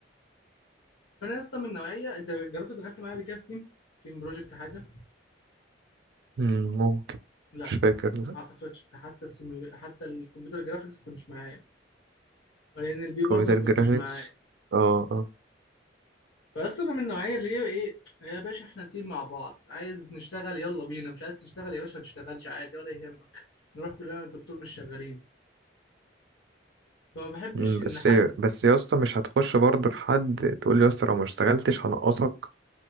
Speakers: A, on the left (about 80°); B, on the right (about 65°).
A: فانا يا اسطى من نوعيه انت جربت دخلت معايا قبل كده في تيم تيم بروجكت حاجه
B: أمم، ممكن
A: لا
B: مش فاكر لا
A: ما اعتقدش حتى السيميو... حتى الكمبيوتر جرافيكس ما كنتش معايا ولان البي برضه
B: كمبيوتر
A: ما كنتش
B: جرافيكس
A: معايا
B: اه اه
A: فاصل انا من النوعيه اللي هي ايه يا باشا احنا تيم مع بعض عايز نشتغل يلا بينا مش عايز تشتغل يا باشا ما تشتغلش عادي ولا يهمك نروح كلنا الدكتور مش شغالين فما بحبش
B: أمم،
A: ان
B: بس
A: حد
B: بس يا اسطى مش هتخش برضه لحد تقول لي يا اسطى لو ما اشتغلتش هنقصك